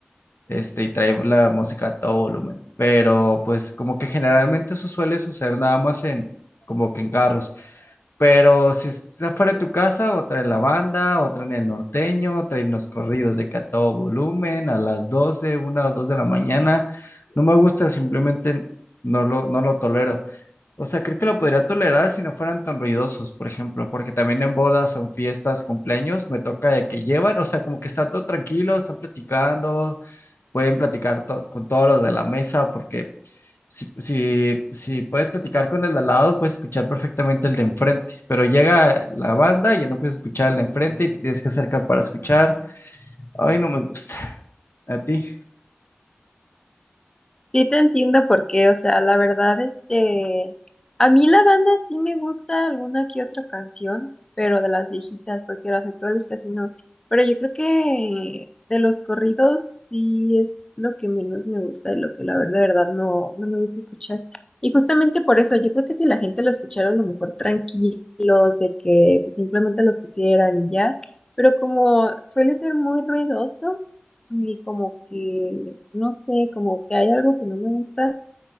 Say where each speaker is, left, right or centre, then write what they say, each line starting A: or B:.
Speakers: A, on the left (about 80°); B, on the left (about 20°).
A: este, y trae la música a todo volumen. Pero pues como que generalmente eso suele suceder nada más en, como que en carros. Pero si es afuera de tu casa, otra en la banda, otra en el norteño, otra en los corridos de que a todo volumen, a las 12 una o dos de la mañana. No me gusta, simplemente no lo, no lo tolero. O sea, creo que lo podría tolerar si no fueran tan ruidosos, por ejemplo, porque también en bodas, en fiestas, cumpleaños, me toca de que llevan, o sea, como que está todo tranquilo, están platicando, pueden platicar to- con todos los de la mesa, porque si, si, si puedes platicar con el de al lado, puedes escuchar perfectamente el de enfrente, pero llega la banda y ya no puedes escuchar el de enfrente y te tienes que acercar para escuchar. Ay, no me gusta. ¿A ti?
B: Sí te entiendo por qué, o sea, la verdad, este, a mí la banda sí me gusta alguna que otra canción, pero de las viejitas, porque las actuales casi no. Pero yo creo que de los corridos sí es lo que menos me gusta y lo que la verdad, de verdad no, no me gusta escuchar. Y justamente por eso, yo creo que si la gente lo escuchara a lo mejor tranquilos, de que pues, simplemente los pusieran y ya, pero como suele ser muy ruidoso. Y como que, no sé, como que hay algo que no me gusta